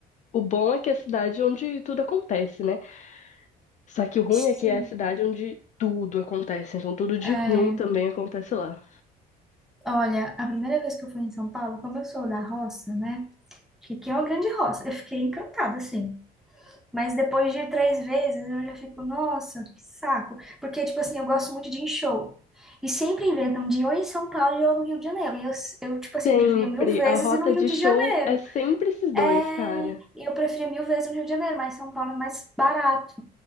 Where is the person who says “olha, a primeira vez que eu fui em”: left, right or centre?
Centre